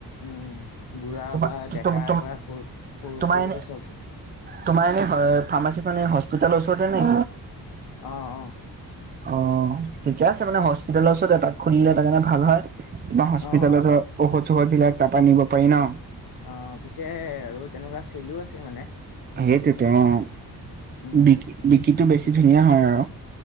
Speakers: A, on the left; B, on the right.
A: উম বুঢ়াৰ
B: তোমাৰ
A: পৰা ডেকাৰ
B: তোমাৰ
A: পৰা সৰু সৰু
B: তোমাৰ
A: পোৱালিব
B: এনে
A: চব।
B: তোমাৰ এনে ফাৰ্মাচী মানে হস্পিতালৰ ওচৰতে নে?
A: অ' অ'।
B: অ' ঠিকে আছে মানে হস্পিতেলৰ ওচৰত এতাক খুলিলে তাৰকাৰণে ভাল হয়। তোমাৰ হস্পিতালৰ
A: অ',
B: ধৰ ঔষধ চৌষধ বিলাক তাৰাপা নিব পাৰি ন!
A: অ' পিছে আৰু তেনেকুৱা চেলো আছে মানে।
B: সেইটোতো অ'
A: উম,
B: বিক বিকোটো বেছি ধুনীয়া হয় আৰু।